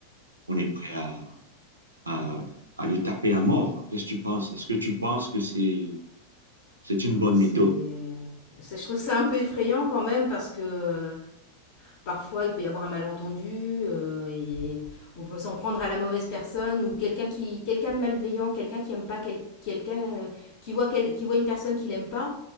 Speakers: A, on the right; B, on the left.
A: on est prêt à, à, à le taper à mort. Qu'est-ce que tu penses? Est-ce que tu penses que c'est, c'est une bonne
B: C'est.
A: méthode?
B: ça, je trouve ça un peu effrayant quand même parce que Parfois, il peut y avoir un malentendu euh, et on peut s'en prendre à la mauvaise personne ou quelqu'un qui, quelqu'un de malveillant, quelqu'un qui aime pas, quel- quelqu'un euh, qui voit quel- qui voit une personne qu'il aime pas,